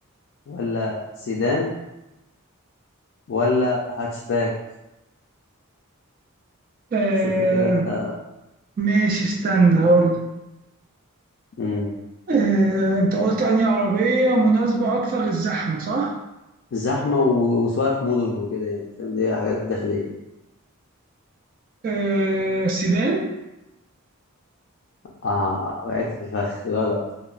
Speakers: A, on the left; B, on the right.
A: ولا سيدان ولا هاتشباك
B: آه
A: شوف كده انت
B: ماشي استنى هقول
A: مم.
B: آه انت قلت انهي عربية مناسبة اكتر للزحمة صح؟
A: زحمة و- وسواقة في مدن وكده يعني فاهم دي حاجات داخلية
B: آه سيدان
A: اه وقعت في الفخ غلط